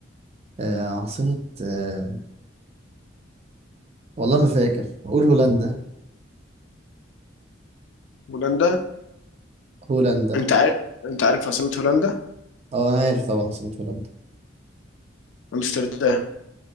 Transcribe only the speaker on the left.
هولندا
أنت عارف أنت عارف عاصمة هولندا
أمستردام